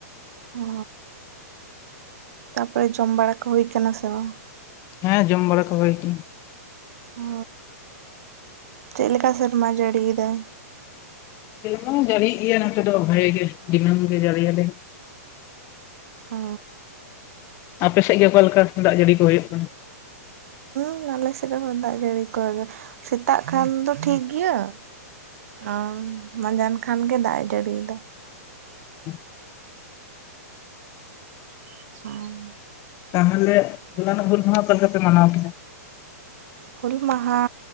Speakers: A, on the right; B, on the left.
A: ᱚ ᱛᱟᱨᱯᱚᱨᱮ ᱡᱚᱢ ᱵᱟᱲᱟ ᱠᱚ ᱦᱩᱭ ᱠᱟᱱᱟ ᱥᱮ ᱵᱟᱝ
B: ᱦᱮᱸ ᱡᱚᱢ ᱵᱟᱲᱟ ᱠᱚ ᱦᱩᱭᱠᱟᱱᱟ
A: ᱚ ᱪᱮᱫ ᱞᱮᱠᱟ ᱥᱮᱨᱢᱟ ᱡᱟᱹᱲᱤᱭᱮᱫᱟᱭ
B: ᱥᱮᱨᱢᱟ ᱡᱟᱹᱲᱤ ᱭᱮ ᱜᱮᱭᱟ ᱱᱚᱛᱮ ᱫᱚ ᱵᱷᱟᱜᱤ ᱜᱮ ᱫᱤᱱᱟᱹᱢ ᱜᱮ ᱡᱟᱹᱲᱤᱭ ᱟᱞᱮ
A: ᱚ
B: ᱟᱯᱮ ᱥᱮᱫ ᱜᱮ ᱚᱠᱟ ᱞᱮᱠᱟ ᱫᱟᱜ ᱡᱟᱹᱲᱤ ᱠᱚ ᱦᱩᱭᱩᱜ ᱠᱟᱱᱟ
A: <unintelligible> ᱟᱞᱮ ᱥᱮᱫ ᱨᱮᱦᱚᱸ ᱫᱟᱜ ᱡᱟᱹᱲᱤ ᱠᱚ ᱫᱚ ᱥᱮᱛᱟᱜ ᱠᱷᱟᱱ ᱫᱚ ᱴᱷᱤᱠ ᱜᱤᱭᱟ <unintelligible> ᱢᱟᱡᱟᱱ ᱠᱷᱟᱱ ᱜᱮ ᱫᱟᱜ ᱮ ᱡᱟᱹᱲᱤᱭᱫᱟ
B: <unintelligible>
A: <unintelligible>
B: ᱛᱟᱦᱟᱞᱮ ᱦᱩᱞᱟᱱ ᱚᱜ ᱦᱩᱞ ᱢᱟᱸᱦᱟ ᱚᱠᱟ ᱞᱮᱠᱟᱯᱮ ᱢᱟᱱᱟᱣ ᱠᱤᱫᱟ
A: ᱦᱩᱞ ᱢᱟᱦᱟ